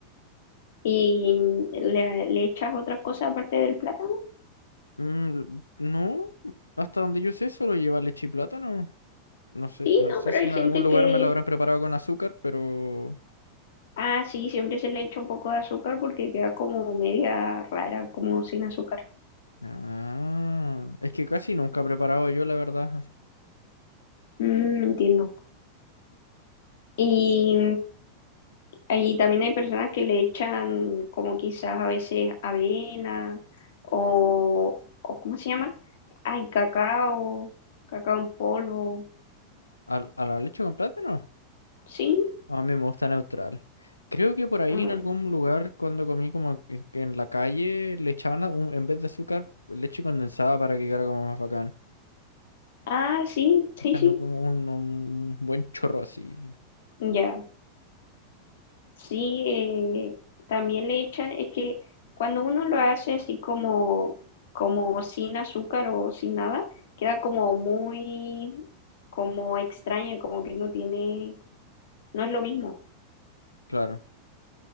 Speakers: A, on the left; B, on the left.
A: ¿Y le, le echas otra cosa aparte del plátano?
B: Mm, no, hasta donde yo sé, solo lleva leche y plátano. No sé,
A: Sí,
B: no
A: no,
B: sé
A: pero
B: si
A: hay
B: en
A: gente
B: algún lugar
A: que,
B: me lo habrán preparado con azúcar, pero...
A: ah, sí, siempre se le echa un poco de azúcar porque queda como media rara, como sin azúcar.
B: Ah, es que casi nunca he preparado yo, la verdad.
A: Mm, entiendo. Y Allí también hay personas que le echan como quizás a veces avena o, o ¿cómo se llama? Ay, cacao, cacao en polvo.
B: ¿Al- ¿A, la leche con plátano?
A: Sí.
B: A mí me gusta neutral. Creo que por ahí
A: Ah,
B: en algún lugar, cuando comí como en, que en la calle, le echaban a- un- en vez de azúcar, leche condensada para que quedara como más bacán.
A: Ah, sí,
B: Echando
A: sí, sí.
B: como un, un buen chorro así,
A: Ya. Sí, eh, también le echan, es que cuando uno lo hace así como, como sin azúcar o sin nada, queda como muy, como extraña, como que no tiene, no es lo mismo.
B: claro.